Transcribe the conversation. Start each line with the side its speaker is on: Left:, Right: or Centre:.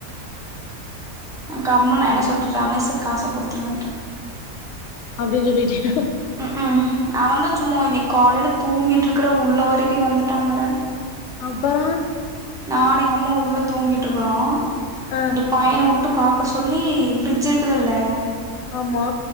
Centre: ஆ கம்முன் நா என்ன
Left: ம்
Centre: சொல்ட்டே ரமேசுக் காச குடுத்துருங்கன்ட்டே
Left: அப்டின் சொல்லீட்டியோ
Centre: ம்க்ம் அவந்தா சும்மா இன்னைக் காலைல தூங்கிட்ருக்கற உள்ள வரைக்கு வந்துட்டாங்கற
Left: அப்பறோ
Centre: நானு எங்க அம்மாவு உள்ள தூங்கிட்ருக்கறோ
Left: ஆ
Centre: இந்த பையன உட்டு பாக்க சொல்லி ஃப்ரிட்ஜ் இருக்குதுல்ல
Left: ஆ ஆமா